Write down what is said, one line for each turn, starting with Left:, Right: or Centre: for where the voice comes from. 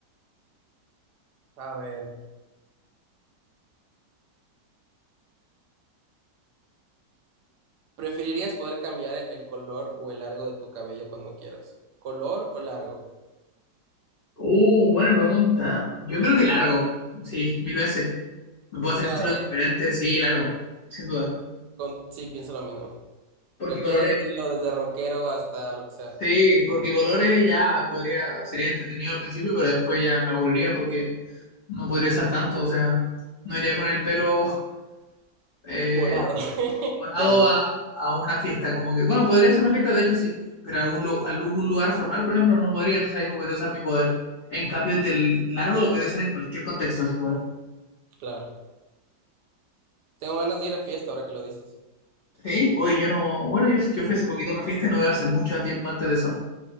Right: A ver. ¿Preferirías poder cambiar el color o el largo de tu cabello cuando quieras? ¿Color o largo?
Left: Uh, buena pregunta. Yo creo que largo. Sí, mil veces. Me puedo hacer
Right: Claro,
Left: estilos diferentes. Sí, largo, sin duda.
Right: con, sí, pienso lo mismo.
Left: Porque
Right: Cualquier
Left: colores,
Right: estilo, desde rockero hasta lo que sea.
Left: sí, porque colores ya podría, sería entretenido al principio, pero después ya me aburriría porque no podría usar tanto. O sea, no iría con el pelo. <laughs> eh,
Right: Morado. <laughs>
Left: Morado
Right: Verde,
Left: a, a una fiesta, como que, bueno, podría ser una fiesta, de hecho sí, pero algún, lu- algún lugar formal, por ejemplo, no podría, entonces ahí no podría usar mi poder. En cambio, el del largo lo podría usar en cualquier contexto ese poder.
Right: claro. Tengo ganas de ir a fiesta ahora que lo dices.
Left: Sí, hoy yo no, bueno, yo, yo fui hace poquito a una fiesta y no veo hace mucho tiempo antes de eso,